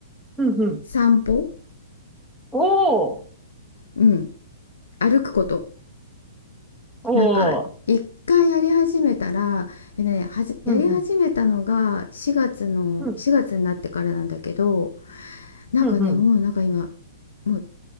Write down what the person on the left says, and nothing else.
散歩
うん。歩くこと。
なんか一回やり始めたら、えね、はじやり始めたのが4月の4月になってからなんだけど
なんかねもうなんか今
もう